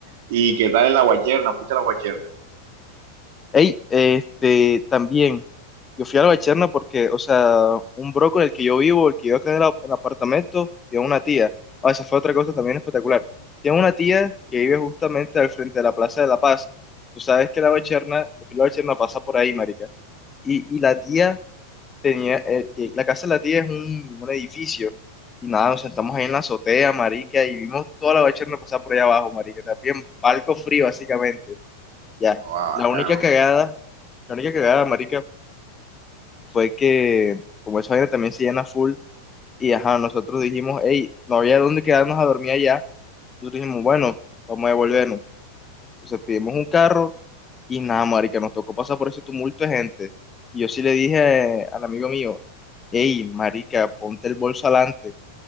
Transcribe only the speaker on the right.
¿Y qué tal en la guacherna? ¿Fuiste a la guacherna?
No, ah,
bacano.